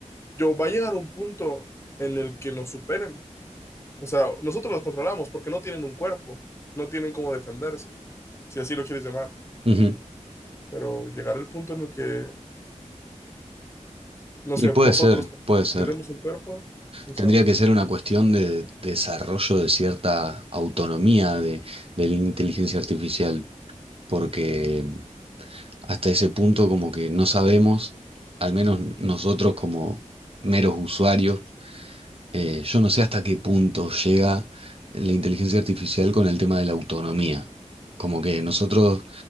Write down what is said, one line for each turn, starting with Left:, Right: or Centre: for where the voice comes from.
Left: yo va a llegar un punto en el que nos superen O sea, nosotros los controlamos porque no tienen un cuerpo, no tienen cómo defenderse, si así lo quieres llamar.
Right: Ujú.
Left: Pero llegar el punto en el que, no
Right: Y
Left: sé,
Right: puede
Left: nosotros
Right: ser, puede ser.
Left: les demos un cuerpo, no
Right: Tendría
Left: sabe.
Right: que ser una cuestión de desarrollo de cierta autonomía de, de la inteligencia artificial, porque hasta ese punto como que no sabemos, al menos nosotros como meros usuarios, Eh, yo no sé hasta qué punto llega la inteligencia artificial con el tema de la autonomía. Como que nosotros,